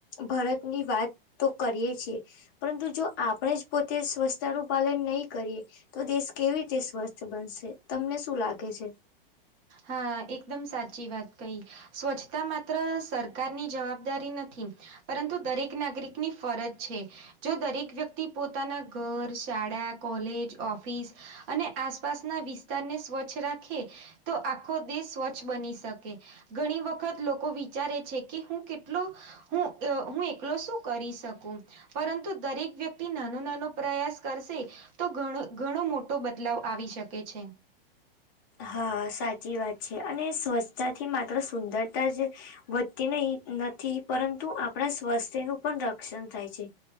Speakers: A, on the left (about 20°); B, on the right (about 20°).
A: ભરતની વાત તો કરીએ છીએ. પરંતુ જો આપણે જ પોતે સ્વચ્છતાનું પાલન નહીં કરીએ. તો દેશ કેવી રીતે સ્વસ્થ બનશે તમને શું લાગે છે?
B: હા એકદમ સાચી વાત કહી સ્વચ્છતા માત્ર સરકારની જવાબદારી નથી. પરંતુ દરેક નાગરિકની ફરજ છે. જો દરેક વ્યક્તિ પોતાના ઘર, શાળા, કોલેજ, ઓફિસ અને આસપાસના વિસ્તારને સ્વચ્છ રાખે તો આખો દેશ સ્વચ્છ બની શકે ઘણી વખત લોકો વિચારે છે, કે હું કેટલો હું હું એકલો શું કરી શકું પરંતુ દરેક વ્યક્તિ નાનો નાનો પ્રયાસ કરશે તો ધણો ઘણો મોટો બદલાવ આવી શકે છે.
A: હા સાચી વાત છે, અને સ્વચ્છતાથી માત્ર સુંદરતા જ વધતી નહી નથી પરંતુ આપણા સ્વાસ્થ્યનું પણ રક્ષણ થાય છે.